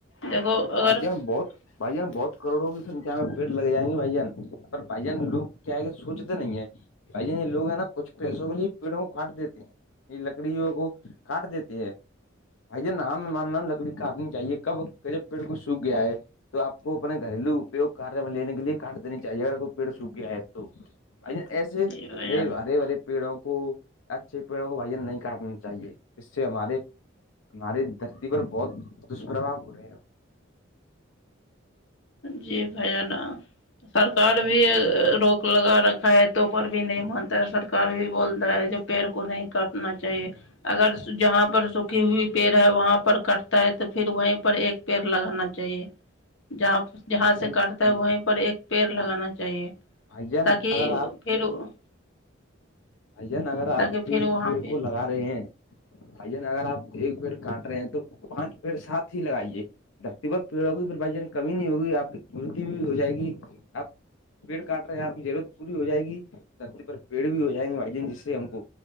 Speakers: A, on the left (about 65°); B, on the left (about 80°).
A: دیکھو اگر
B: بھائی جان بہت بھائی جان بہت کروڑوں کی سکھیا میں پیڑ لگ جائیں گے بھائی جان پر بھائی جان لوگ کیا سوچتے نہیں ہیں بھائی جان لوگ ہیں نا کچھ پیسوں کے لیے پیڑوں کو کاٹ دیتے ہیں یہ لکڑیوں کو کاٹ دیتی ہے بھائی جان <unintelligible> لکڑی کاٹنی چاہیے کب جب پیڑ کو سوکھ گیا ہے تو آ پکو اپنے گھریلو اپیوگ کار میں لینے کے لیے کاٹ دینی چاہیے اگر کوئی پیڑ سوکھ گیا ہے تو ایسے
A: جی بھائی
B: ارے
A: جان
B: ارے برے پیڑوں کو اچھے پیڑوں کو بھ نہیں کاٹنا چاہیے اس سے ہمارے ہمہاری دھرتی پر بہت دشپربا ہو رہا ہے
A: جی بھای جان آ سرکار بھی روک لگا رکھا ہے توپر بھی نہیں مانتا ہے سرکار بھی بولتا ہے جو پیڑ کو نہیں کاٹنا چاہیے اگر جہاں پر سوکھی ہوئی پیڑ ہے وہاں پر کٹتا ہے تو پھر وہیں پر ایک پیڑ لگانا چاہیے جہاں جہاں
B: بھائی
A: سے کاٹتا ہے
B: جان
A: وہیں پر ایک پیڑ لگانا چاہیے
B: بھائی جان
A: تاکہ
B: اگر آپ
A: <unintelligible>
B: بھائی جان اگر آپ
A: تاکہ پھر
B: ایک
A: وہاں
B: پیڑ
A: پہ
B: کو لگا رہے ہیں بھائی جان ن اگر آپ ایک پیڑ کاٹ رہے ہیں تو پانچ پیڑ ساتھ ہی لگائیے دھرتی پر پیڑ ہوگی پر بھائی ج کمی نہیں ہوگی آپ کی پورتی بھی ہو جائے گی آپ پیڑ کاٹ رہے ہیں آپ کی ضرورت پوری ہو جائے گی تتے پر پیڑ بھی ہو جائ گے جس سے ہم کو